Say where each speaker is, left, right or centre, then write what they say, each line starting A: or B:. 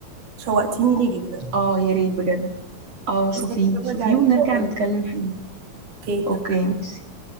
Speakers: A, on the right; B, on the right.
A: شوقتيني ليه جدا
B: اه يا ريت بجد اه شوفيه
A: بس هتفرج
B: شوفيه
A: عليه
B: ونرجع
A: واقول
B: نتكلم
A: لك.
B: فيه
A: اوكي اتفقنا.
B: اوكي ماشي